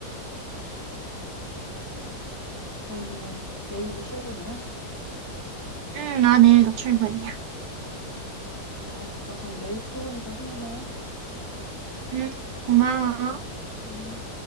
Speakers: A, on the left; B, on the right.
A: 어, 그러면 내일도 출근이야?
B: 응, 나 내일도 출근이야.
A: 아, 알았어. 그럼 내일 출근 또 힘내.
B: 응, 고마워.
A: 음.